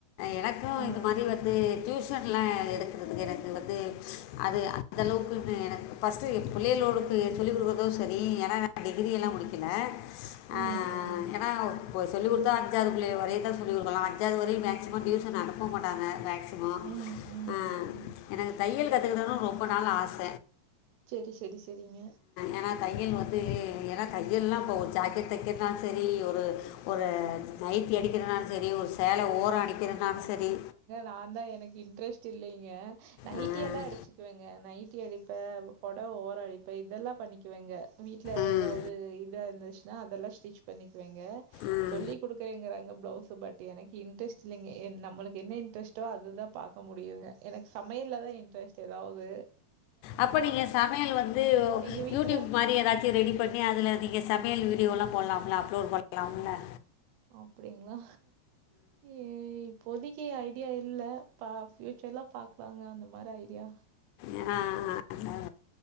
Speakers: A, on the left (about 80°); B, on the right (about 75°).
A: எனக்கும்
B: ஆ.
A: இது மாரி வந்து டியூஷன்லா எடுக்கறதுக்கு எனக்கு வந்து அது அந்தளவுக்கின்னு எனக்கு ஃபஸ்ட்டு பிள்ளைகளோடுக்கு சொல்லிக்குடுக்கறதோ சரி ஏனா நா டிகிரியெல்லா முடிக்கில ஆ
B: ம், ம்.
A: ஏனா இப்போ சொல்லி குடுத்தா அஞ்சாவது புள்ளைய வரையுந் தா சொல்லி குடுக்கலா அஞ்சாவது வரையு மேக்சிமம் டியூஷன் அனுப்ப மாட்டாங்க மேக்சி மோ
B: ம், ம்,
A: ஆ
B: ம்.
A: எனக்கு தையல் கத்துக்கிடனு ரொம்ப நாள் ஆச
B: செரி செரி செரிங்க
A: ஏனா தையல் வந்து ஏனா தையல்லா இப்போ ஒரு ஜாக்கெட் தெக்கர்னாலு சரி ஒரு ஒரு நைட்டி அடிக்கிறனாலு சரி ஒரு சேல ஓரொ அடிக்கிறனாலு சரி
B: நாந்தா எனக்கு இன்ட்ரஸ்ட் இல்லீங்க நைட்டி
A: அஹ்
B: எல்லா அடிச்சுக்குவங்க நைட்டி அடிப்பே பொடவ ஓரோ அடிப்பே இதெல்லா பண்ணக்குவங்க வீட்டுல
A: ம்,
B: ஏதாவது இதா இருந்துச் நா அதெல்லா ஸ்டிச் பண்ணிக்குவேங்க
A: ம்.
B: சொல்லி க்கறேங்கறாங்க பிளவுஸ் பட் எனக்கு இன்ட்ரஸ்ட் இல்லைங்க நம்மளுக்கு என்ன இன்ட்ரஸ்ட்டோ அதுதா பாக்க முடியுங்க எனக்கு சமையல்லதா இன்ட்ரஸ்ட் எதாவது
A: அப்ப நீங்க சமையல் வந்து
B: எங்க வீட்ல
A: யூடியூப் மாரி எதாச்சு ரெடி பண் ணி அதுல நீங்க சமையல் வீடியோல்லா போட்லாமல்ல அப்லோட் பண்லாமல்ல
B: அப்டிங்ளா ம் இப்போதைக்கு ஐடியா இல்ல ப ஃபியூச்சர்ல பாக்கலாங்க அந்த மாரி ஐடியா
A: ஏனா அந்த <inaudible>